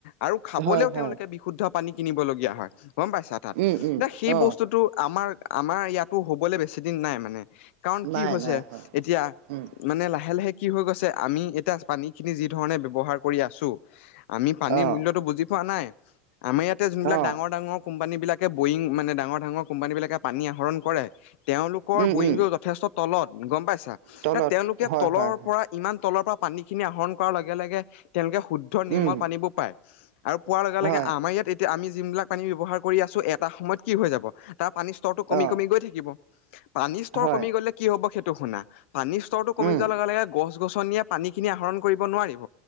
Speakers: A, on the left; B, on the right.
A: আৰু খাবলৈও
B: হয় হয়
A: তেওঁলোকে
B: হয়
A: শুদ্ধ পানী কিনিবলগীয়া হয়, গম পাইছা তাত
B: উম উম
A: এতিয়া সেই
B: অ
A: বস্তুটো আমাৰ আমাৰ ইয়াতো হ'বলৈ বেছিদিন নাই মানে কাৰণ কি
B: নাই
A: হৈছে
B: নাই হয়
A: এতিয়া
B: উম
A: মানে লাহে, লাহে কি হৈ গৈছে আমি এতিয়া পানীখিনি যি ধৰণে ব্যৱহাৰ কৰি আছো। আমি পানীৰ
B: অ
A: মূল্যয়তটো বুজি পোৱা নাই আমাৰ ইয়াতে যোনবিলাক
B: অ
A: ডাঙৰ, ডাঙৰ কোম্পানী বিলাকে বয়িং মানে ডাঙৰ, ডাঙৰ কোম্পানী বিলাকে পানী আহৰণ কৰে। তেওঁলোকৰ
B: উম
A: বৰিং
B: উম
A: যথেষ্ট তলত গম পাইছা
B: তলত
A: এ, তেওঁলোকে
B: হয়
A: তলৰ
B: হয় হয়
A: পৰা ইমান তলৰ পৰা পানীখিনি আহৰণ কৰাৰ লগে, লগে তেওঁলোকে শুদ্ধ নিৰ্মল
B: উম
A: পানীবোৰ পায় আৰু। পোৱাৰ লগে লগে
B: হয়
A: আমাৰ ইয়াত এতিয়া আমি যোন বিলাক পানী ব্যৱহাৰ কৰি আছো এটা সময়ত কি হৈ যাব। তাৰ পানীৰ স্তৰটো কমি
B: অ
A: কমি গৈ থাকিব। পানীৰ স্তৰ
B: হয়
A: কমি গ'লে কি হ'ব সেইটো শুনা। পানী স্তৰটো কমি
B: উম
A: যোৱাৰ লগে লগে গছ-গছনিয়ে পানীখিনি আহৰণ কৰিব নোৱাৰিব।